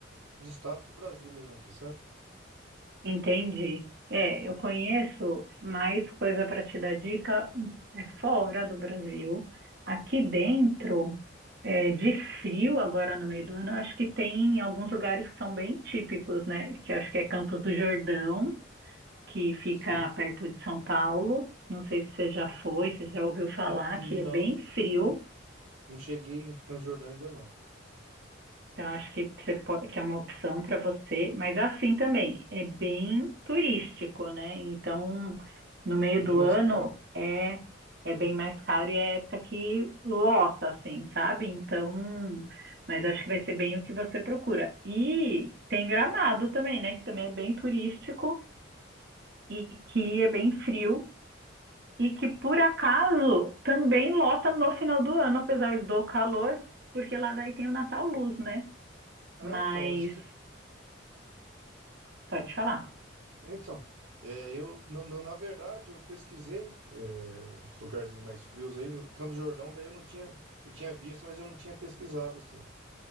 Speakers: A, on the right (about 85°); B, on the right (about 55°).
A: nos estados do Brasil mesmo aqui, sabe?
B: Entendi. É, eu conheço mais coisa para te dar dica hum, é fora do Brasil. Aqui dentro, é, de frio agora no meio do ano, eu acho que tem alguns lugares que são bem típicos, né? Que eu acho que é Campos do Jordão, que fica
A: Sim.
B: perto de São Paulo. Não sei se você já foi, se você já ouviu falar,
A: N-
B: que é
A: Não,
B: bem frio.
A: n- não cheguei no Transjordânia ainda não.
B: Então, acho que, você pode, que é uma opção para você, mas assim também, é bem turístico, né? Então, no meio
A: Foi Bem
B: do
A: mais
B: ano
A: caro.
B: é, é bem mais caro e é época que lota, assim, sabe? Então, mas acho que vai ser bem o que você procura. E tem Gramado também, né? Que também é bem turístico e que é bem frio e que, por acaso, também lota no final do ano, apesar do calor, porque lá daí tem o Natal Luz, né?
A: Ah,
B: Mas
A: então, isso que-
B: Pode falar.
A: então, é, eu no, no- na verdade eu pesquisei é, os lugarzinhos mais frios aí, do Campos do Jordão, daí eu não tinha, eu tinha visto, mas eu não tinha pesquisado assim.